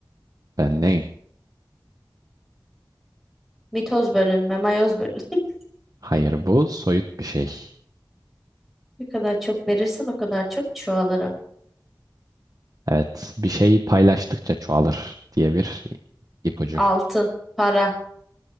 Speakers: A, on the right (about 50°); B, in the centre.
A: Ben neyim?
B: Mitoz bölünme, mayoz bölünme. <laughs>
A: Hayır bu soyut bir şey.
B: Ne kadar çok verirsen o kadar çok çoğalırım.
A: Evet, bir şeyi paylaştıkça çoğalır diye bir ipucu.
B: Altın, para.